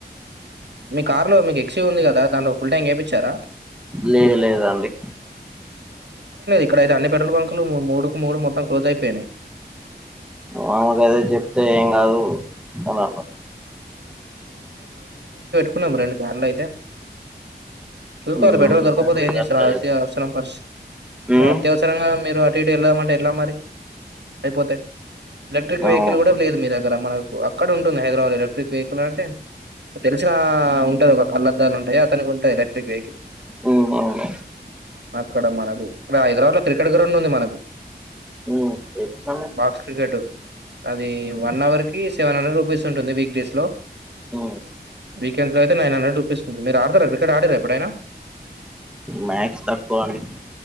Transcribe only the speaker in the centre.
లేదు లేద అండి
మామూలుగ అదే చెప్తే ఏం కాదు అని అన్నా
ఉమ్
మరి చేత
అట్లా చెప్-
ఉమ్
అవును
ఉమ్ అవును
ఉమ్ తెలుసండి
ఉమ్
మ్
మ్యాక్స్ తక్కువ అండి